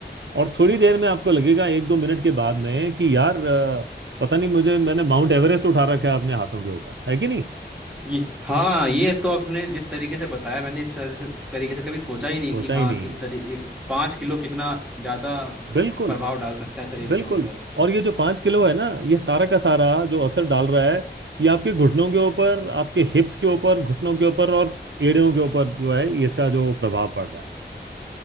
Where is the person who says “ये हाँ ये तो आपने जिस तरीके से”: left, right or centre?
Centre